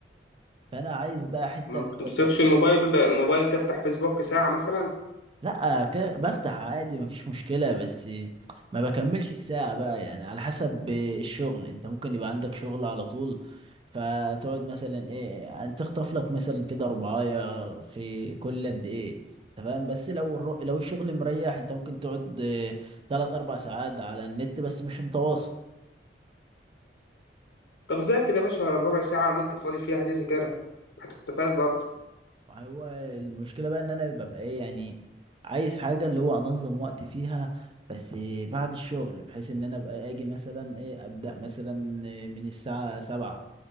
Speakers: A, on the right (about 30°); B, on the left (about 65°).
A: فانا عايز بقى حته
B: ما
A: اللي
B: بتمسكش
A: هو إيه،
B: الموبايل الموبايل تفتح فيسبوك ساعة مثلا
A: لا كده بفتح عادي مفيش مشكلة بس ما بكملش الساعة بقى يعني على حسب الشغل انت ممكن يبقى عندك شغل على طول فتقعد مثلا ايه يعني تخطف لك مثلا كده ربعاية في كل قد ايه انت فاهم بس لو الر- لو الشغل مريح انت ممكن تقعد اه، تلات اربع ساعات على النت بس مش متواصل
B: طب ذاكر يا باشا الربع ساعة اللي انت فاضي فيها دي ذاكرها هتستفاد برضه
A: هو المشكلة بقى ان انا ببقى ايه يعني عايز حاجة اللي هو انظم وقت فيها بس بعد الشغل بحيث ان انا ابقى اجي مثلا ايه ابدأ مثلا من الساعة سبعة